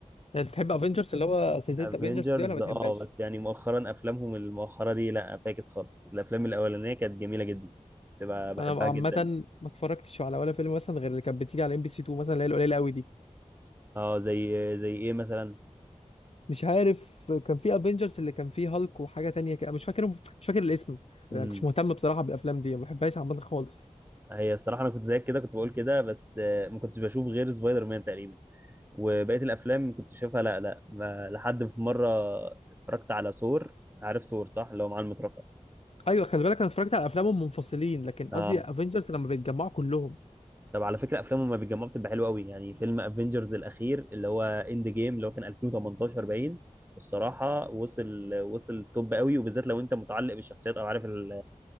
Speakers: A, on the left; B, on the right.
A: يعني بتحب افنجرز اللي هو سلسلة
B: افنجرز
A: افنجرز دي ولا ما
B: اه
A: بتحبهاش؟
B: بس يعني مؤخرا افلامهم المؤخره دي لا فاكس خالص الافلام الاولانيه كانت جميله جدا تبقى بحبها
A: انا عامه
B: جدا
A: ما اتفرجتش على ولا فيلم مثلا غير اللي كانت بتيجي على ام بي سي 2 مثلا اللي هي القليله قوي دي
B: اه زي زي ايه مثلا
A: مش عارف كان في افنجرز اللي كان فيه هالك وحاجه تانية كده مش فاكر مش فاكر الاسم
B: امم
A: يعني مش مهتم بصراحه بالافلام دي ما بحبهاش عامه خالص
B: هي الصراحه انا كنت زيك كده كنت بقول كده بس آه، ما كنتش بشوف غير سبايدر مان تقريبا وبقيه الافلام كنت شايفها لا لا ما لحد في مره اتفرجت على ثور عارف ثور صح اللي هو معاه المطرقه
A: ايوه خلي بالك انا اتفرجت على افلامهم منفصلين لكن
B: اه
A: قصدي افنجرز لما بيتجمعوا كلهم
B: طب على فكره افلامه ما بيتجمعوا بتبقى حلوه قوي يعني فيلم افنجرز الاخير اللي هو اند جيم اللي هو كان 2018 باين الصراحه وصل وصل توب قوي وبالذات لو انت متعلق بالشخصيات او عارف ال-